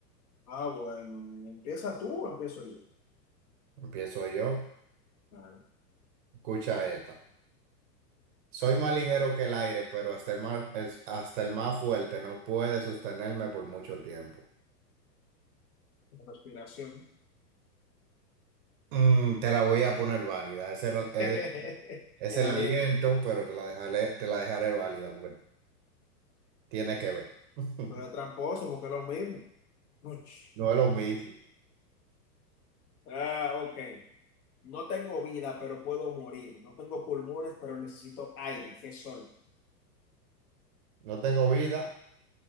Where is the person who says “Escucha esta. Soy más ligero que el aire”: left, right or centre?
Right